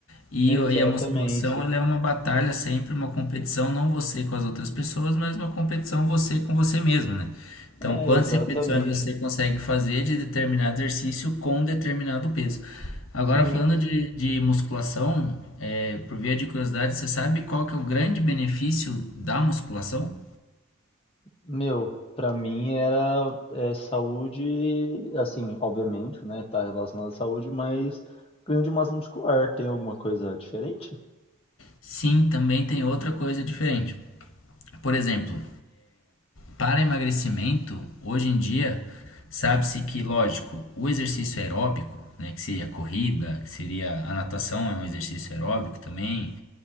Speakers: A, on the left (about 75°); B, on the left (about 25°).
A: E,
B: Exatamente.
A: e a musculação, ela é uma batalha sempre, uma competição, não você com as outras pessoas, mas uma competição você com você mesmo, né? Então,
B: É,
A: quantas
B: exatamente.
A: repetições você consegue fazer de determinado exercício com determinado peso? Agora,
B: Sim.
A: falando de, de musculação, é, por via de curiosidade, você sabe qual que é o grande benefício da musculação?
B: Meu, pra mim era é, saúde, assim, obviamente, né? Tá relacionado à saúde, mas ganho de massa muscular tem alguma coisa diferente?
A: Sim, também tem outra coisa diferente. Por exemplo, Para emagrecimento, hoje em dia, sabe-se que, lógico, o exercício aeróbico, né, que seria a corrida, que seria a natação, é um exercício aeróbico também,